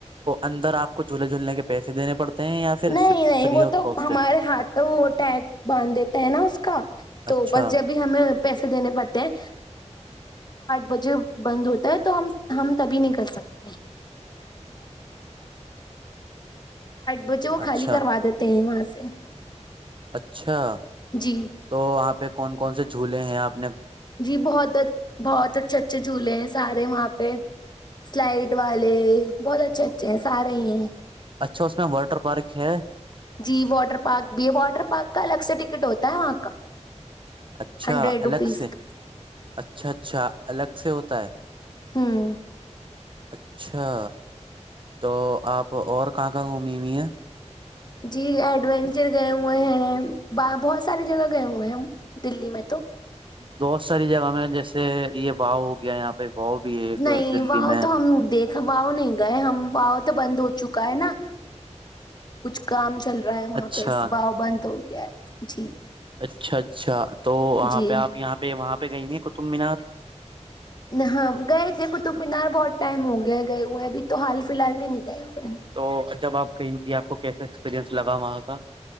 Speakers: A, on the right; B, on the left.
A: اندر اپ کو جھولا جولنے کے پیسے دینے پڑتے ہیں یا پھر
B: نہی نہی
A: فری
B: و
A: آف
B: تو
A: کاسٹ
B: ہمارا
A: ہے
B: ہاتھ پے و تگ بند دیتا گا نہ پھر
A: اچھا
B: رات کو پیسہ دینا پڑتا ہے مجا بند ہوتا ہم تب ہے نکل سکتا ہے <inaudible> کیوں
A: اچھا
B: خالہ کر و دیتا ہو اپ
A: اچھا
B: جی
A: تو آپ کون کوں سو اسٹوڈنٹ <inaudible>
B: یہ بوت اچھا اچھا جلا حا وہ پے لائٹ والا بہت اچھا اچھا ہے سوراخ ہے حا
A: اچھا اس میں واٹر پارک ہے
B: جی واٹر پارک بھی ہے واٹر پارک کا الگ سے ٹکٹ ہوتا ہے وہاں کا
A: اچھا
B: ہنڈریڈ روپیز
A: الگ سے
B: کا
A: اچھا اچھا الگ سے ہوتا ہے
B: ہمم
A: اچھا تو آپ اور کہاں کہاں گھومی ہوئی ہیں
B: جی ایڈوینچر گئے ہوئے ہیں بہت ساری جگہ گئے ہوئے ہیں ہم دلی میں تو
A: بہت ساری جگہ میں جیسے یہ باؤ ہو گیا یہاں پہ واؤ بھی ہے ایک
B: نہیں
A: دلی
B: وہ
A: میں
B: تو ہم دیکھا واؤ نہیں گئے ہم باؤ تو بند ہو چکا ہینا کچھ کام چل رہ وہاں
A: اچھا
B: پہ باؤ بند تو جی
A: اچھا اچھا تو وہاں
B: جی
A: پہ آپ یہاں پہ وہاں پہ پے کہی گی ہوئ ہیں کطب مینار
B: ہاں گئے تھے قطب مینار بہت ٹائم ہو گیا گئے ہوئے ابھی تو حال فی الحال میں نہیں گئے ہوئے ہیں
A: تو جب آپ کہیں تھی آپ کو کیسے ایکسپریئنس لگا وہاں کا